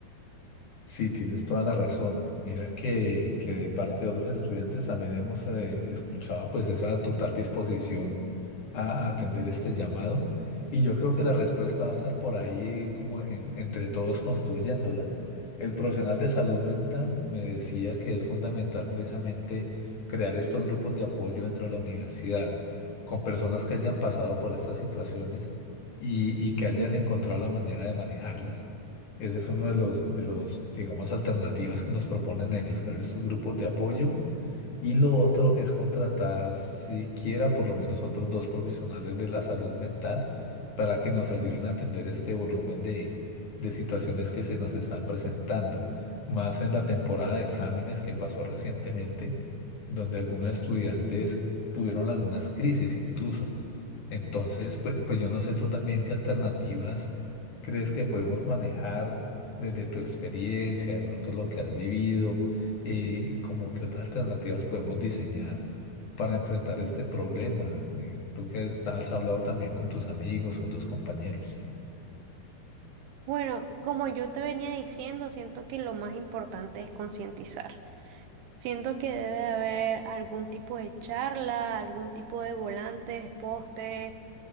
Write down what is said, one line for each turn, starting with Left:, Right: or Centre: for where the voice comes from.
Left: Sí, tienes toda la razón. Mira que, que de parte de otros estudiantes también hemos eh, escuchado pues esa total disposición a, a atender este llamado y yo creo que la respuesta va a estar por ahí como en- entre todos construyéndola. El profesional de salud mental me decía que es fundamental precisamente crear estos grupos de apoyo dentro de la universidad con personas que hayan pasado por estas situaciones y y que hayan encontrado la manera de manejarlas. Ese es uno de los, de los, digamos, alternativas que nos proponen ellos, crear estos grupos de apoyo. Y lo otro es contratar siquiera por lo menos otros dos profesionales de la salud mental para que nos ayuden a atender este volumen de, de situaciones que se nos están presentando. Más en la temporada de exámenes que pasó recientemente, donde algunos estudiantes tuvieron algunas crisis incluso. Entonces, pues, pues yo no sé tú también qué alternativas crees que podemos manejar desde tu experiencia, de pronto lo que has vivido, eh, como qué otras alternativas podemos diseñar para enfrentar este problema. Eh, tú que has hablado también con tus amigos, con tus compañeros.
Right: Bueno, como yo te venía diciendo, siento que lo más importante es concientizar. Siento que debe de haber algún tipo de charla, algún tipo de volantes, pósteres